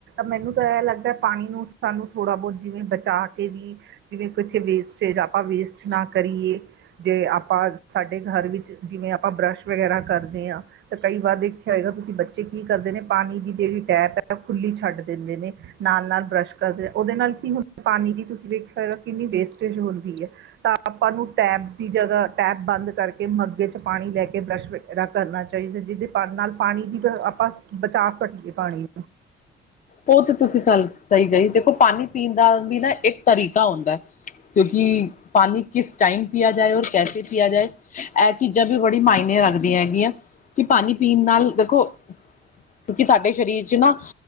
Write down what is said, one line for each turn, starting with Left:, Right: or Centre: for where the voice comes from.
Right: ਮੈਨੂੰ ਤਾਂ ਏਹ ਲੱਗਦਾ ਪਾਣੀ ਨੂੰ ਸਾਨੂੰ ਥੋੜਾ ਬਹੁਤ ਜਿਵੇਂ ਬਚਾ ਕੇ ਵੀ ਜਿਵੇਂ ਵੇਸਟੇਜ ਆਪਾਂ ਵੇਸਟ ਨਾ ਕਰੀਏ। ਜੇ ਆਪਾਂ ਸਾਡੇ ਘਰ ਵਿੱਚ ਜਿਵੇਂ ਆਪਾਂ ਬਰੱਸ਼ ਵਗੈਰਾ ਕਰਦੇ ਆ। ਤੇ ਕਈ ਵਾਰ ਵੇਖਿਆ ਹੋਏਗਾ ਤੁਸੀਂ ਬੱਚੇ ਕੀ ਕਰਦੇ ਨੇ ਪਾਣੀ ਦੀ ਜੇੜੀ ਟੈਪ ਓ ਖੁੱਲੀ ਛੱਡ ਦਿੰਦੇ ਨੇ। ਨਾਲ-ਨਾਲ ਬਰੱਸ਼ ਕਰਦੇ ਓਦੇ ਨਾਲ ਕੀ ਹੁੰਦਾ ਪਾਣੀ ਦੀ ਤੁਸੀਂ ਵੇਖਿਆ ਹੋਏਗਾ ਕਿੰਨੀ ਵੇਸਟੇਜ ਹੁੰਦੀ ਹੈ। ਤਾਂ ਆਪਾਂ ਨੂੰ ਟੈਪ ਦੀ ਜਗਾ ਟੈਪ ਬੰਦ ਕਰਕੇ ਮੱਗੇ ਚ ਪਾਣੀ ਲੈ ਕੇ ਬਰੱਸ਼ ਕਰਨਾ ਚਾਈਦਾ ਜਿਦੇ ਪਾ ਨਾਲ ਪਾਣੀ ਦੀ ਆਪਾਂ ਬਚਾ ਸਕੀਏ ਪਾਣੀ
Left: ਓਹੁਤ ਤੁਸੀਂ ਸਹੀ ਗਈ ਦੇਖੋ ਪਾਣੀ ਪੀਣ ਦਾ ਨਾ ਇੱਕ ਤਰੀਕਾ ਹੁੰਦਾ ਕਿਓਕਿ ਪਾਣੀ ਕਿਸ ਟਾਈਮ ਪਿਆ ਜਾਏ ਔਰ ਕੈਸੇ ਪਿਆ ਜਾਏ ਏਹ ਚੀਜ਼ਾਂ ਵੀ ਬੜੀ ਮਾਇਨੇ ਰੱਖਦੀਆਂ ਹੈਗੀਆਂ। ਕਿ ਪਾਣੀ ਪੀਣ ਨਾਲ ਦੇਖੋ ਕਿਓਕਿ ਸਾਡੇ ਸਰੀਰ ਚ ਨਾ